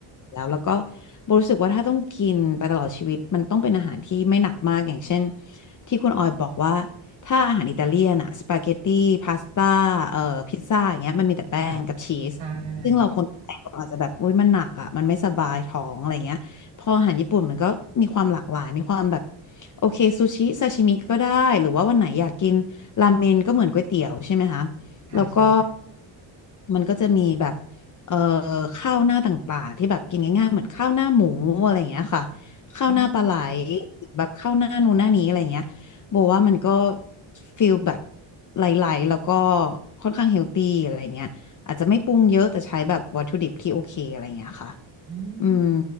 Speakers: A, on the left; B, on the right.
A: แล้วแล้วก็โบรู้สึกว่าถ้าต้องกินไปตลอดชีวิตมันต้องเป็นอาหารที่ไม่หนักมากอย่างเช่นที่คุณออยบอกว่าถ้าอาหารอิตาเลียนอะสปาเกตตี้พาสต้าเอ่อพิซซ่าอย่างเงี้ยมันมีแต่แป้งกับชีสซึ่งเราคนไทยเราอาจจะแบบอุ้ยมันหนักอ่ะมันไม่สบายท้องอะไรเงี้ยพออาหารญี่ปุ่นมันก็มีความหลากหลายมีความแบบ
B: ค่ะใช่
A: โอเคซูชิซาชิมิก็ได้หรือว่าวันไหนอยากกินราเมนก็เหมือนก๋วยเตี๋ยวใช่ไหมคะ
B: ค่ะใช่ค่ะ
A: แล้วก็มันก็จะมีแบบเอ่อข้าวหน้าต่างๆที่แบบกินง่ายๆเหมือนข้าวหน้าหมูอะไรอย่างเงี้ยค่ะข้าวหน้าปลาไหล
B: อืม
A: หรือแบบข้าวหน้านู่นหน้านี้อะไรอย่างเงี้ยโบว่ามันก็ฟีลแบบไหลๆแล้วก็ค่อนข้างเฮลตี้อะไรอย่างเงี้ยอาจจะไม่ปรุงเยอะแต่ใช้แบบวัตถุดิบที่โอเคอะไรอย่างเงี้ยค่ะ
B: อืม
A: อืม